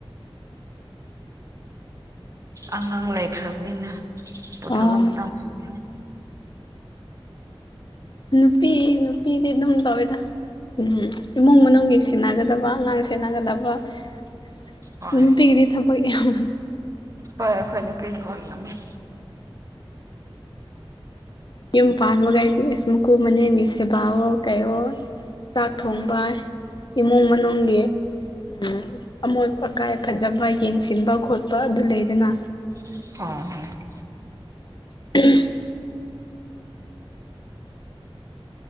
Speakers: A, on the right; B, on the left.
A: ꯑꯉꯥꯡ ꯂꯩꯈ꯭ꯔꯕꯅꯤꯅ ꯄꯣꯊꯥꯕ
B: ꯑꯣ
A: ꯃꯇꯝ ꯐꯪꯗꯦ
B: ꯅꯨꯄꯤ ꯅꯨꯄꯤꯗꯤ ꯑꯗꯨꯝ ꯇꯧꯋꯦꯗ ꯎꯝ ꯏꯃꯨꯡ ꯃꯅꯨꯡꯒꯤ ꯁꯦꯟꯅꯒꯗꯕ ꯑꯉꯥꯡ ꯁꯦꯟꯅꯒꯗꯕ ꯑꯁ
A: ꯍꯣꯏ
B: ꯅꯨꯄꯤꯒꯤꯗꯤ ꯊꯕꯛ ꯌꯥꯝ
A: ꯍꯣꯏ ꯑꯩꯈꯣꯏ ꯅꯨꯄꯤ ꯊꯕꯛ ꯌꯥꯝꯃ‌ꯦ
B: ꯌꯨꯝ ꯄꯥꯟꯕꯒꯥꯏꯗꯤ ꯏꯁ ꯃꯨꯀꯨ ꯃꯅꯦꯝ ꯒꯤ ꯁꯦꯕꯥꯋꯣ ꯀꯩꯋꯣ ꯆꯥꯛ ꯊꯣꯡꯕ ꯏꯃꯨꯡ ꯃꯅꯨꯡꯒꯤ ꯑꯝ ꯑꯃꯣꯠ ꯑꯀꯥꯏ ꯐꯖꯕ ꯌꯦꯡꯁꯤꯟꯕ ꯈꯣꯠꯄ ꯑꯗꯨ ꯂꯩꯗꯅ
A: <inaudible>
B: <unintelligible>